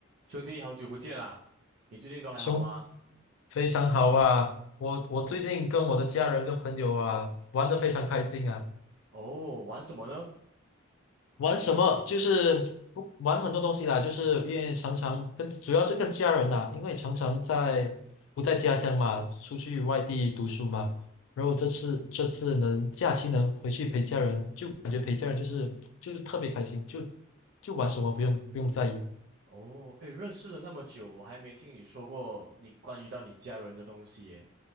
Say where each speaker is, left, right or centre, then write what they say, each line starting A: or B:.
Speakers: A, on the right; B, on the left.
A: 兄弟，好久不见啦！你最近都还好吗？
B: 兄，非常好啊！我我最近跟我的家人跟朋友啊玩的非常开心啊。
A: 哦哦，玩什么呢？
B: 玩什么？就是不玩很多东西啦，就是因为常常跟主要是跟家人呐、因为常常在不在家乡嘛，出去外地读书嘛。然后这次这次能假期能回去陪家人，就感觉陪家人就是就是特别开心，就就玩什么不用不用在意
A: 哦，诶，认识了那么久，我还没听你说过你关于到你家人的东西耶。